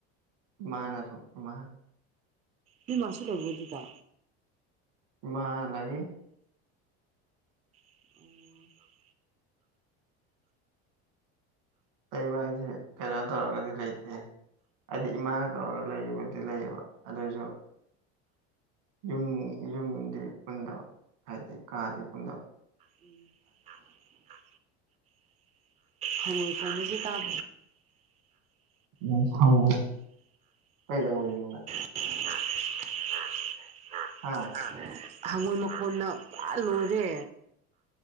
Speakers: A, on the right; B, on the right.
A: ꯏꯃꯥꯥꯅ ꯊꯣꯡꯉꯦ ꯏꯃꯥ
B: ꯅꯣꯏ ꯃꯥꯁꯨ ꯂꯩꯕ꯭ꯔꫭ ꯗꯨꯗ
A: ꯏꯃꯥ ꯂꯩ
B: ꯑꯣ
A: ꯂꯩꯕ ꯍꯥꯏꯖ‌ꯦ ꯀꯩꯅꯣ ꯇꯧꯔꯒꯗꯤ ꯂꯩꯇꯦ ꯍꯥꯏꯗꯤ ꯏꯃꯥꯒ ꯇꯧꯔꯒ ꯂꯩꯕꯨꯗꯤ ꯂꯩꯌꯦꯕ ꯑꯗꯨꯏꯖꯨ ꯌꯨꯝ ꯌꯨꯝꯗꯤ ꯄꯨꯨꯟꯗꯕ ꯍꯥꯏꯗꯤ ꯀꯥꯗꯤ ꯄꯨꯨꯟꯗꯕ
B: ꯎꯝ <unintelligible> ꯍꯉꯣꯏ ꯈꯣꯡꯕꯁꯦ ꯇꯥꯞ
A: ꯌꯥꯝ ꯍꯧꯋꯦ ꯀꯩꯗꯧꯏꯅꯣ ꯅꯪ
B: <unintelligible>
A: ꯍꯥ
B: ꯍꯥ ꯍꯪꯉꯣꯏ ꯃꯈꯣꯟꯅ ꯄ꯭ꯔꯥ ꯂꯣꯏꯔꯦ